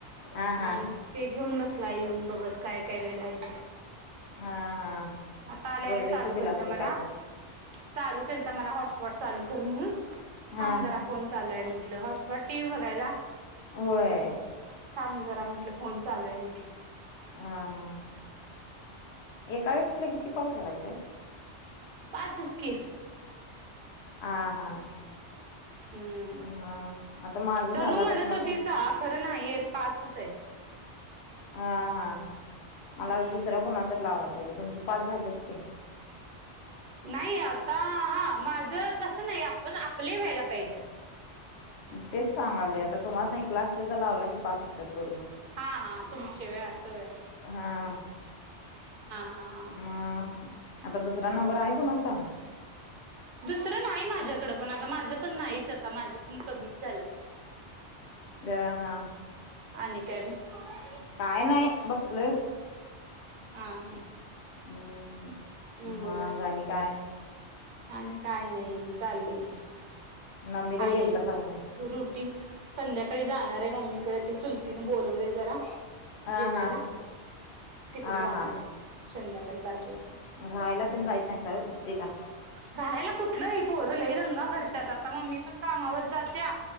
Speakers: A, on the left; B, on the right.
A: हा हा
B: हम्
A: हा
B: ते घेऊन बसला येऊन बघत काय काय केलेला आहे ती
A: हा हा
B: आता आले
A: प्रोजेक्ट
B: आले चालू
A: दिला
B: करत
A: असेल
B: मला
A: काय तर
B: चालू केलता मला हॉटस्पॉट चालू कर म्हणून,
A: हा
B: थांब जरा फोन चालू आहे म्हण हॉटस्पॉट टी व्ही बघायला.
A: होय.
B: थांब जरा म्हटलं, फोन चालू आहे म्हटलं.
A: हा हा. एका व्यक्तीला किती कॉल करायचाय?
B: पाचच की.
A: हा. हा.
B: हम्म
A: हम, आता माझ झालं
B: धनू म्हणत
A: आता कुणाला
B: होती
A: तरं
B: सहा खरं नाही आहेत पाचच आहेत.
A: हा हा. मला
B: हम्म.
A: दुसऱ्या कोणाला तर लावाय पाहिजे तुमचं पाच झाल्यात की.
B: नाही आता हा माझ तसं नाही आपण आपलंही व्हायला पाहिजेत.
A: तेच सांगायलोय आता तुम्हाला एक लास्टचा लावला की पाच होत्यात बरोबर.
B: हा हा तुमचे होय असं होय.
A: हा.
B: हा हा.
A: मग आता दुसरा नंबर आहे कुणाचा?
B: दुसरं नाही माझ्याकड पण आता माझं पण नाही. आता माझे पण कमीच झालं
A: अ हा
B: आणि काय मगं?
A: काय नाही बसलोय.
B: हा हा.
A: हम्!
B: हम्म
A: मगं
B: बोला
A: आणि काय.
B: आणि काय नाही चाललंय की,
A: मम्मीकडे
B: हाय हे.
A: गेलतासा का नाही
B: रुटीन, संध्याकाळी जाणार आहे मम्मीकडे ते चुलतीने बोलवलेय जरा.
A: हा
B: जेवायला,
A: हा
B: तिकड
A: हा
B: जाणार
A: हा
B: आहे संध्याकाळी पाच वाजता.
A: राहायला तेन जायत नाहीसा व्हय सुट्टीला?
B: राहायला कुठलं ही पोर लंय दंगा करतात. आता मम्मी पण कामावर जात्या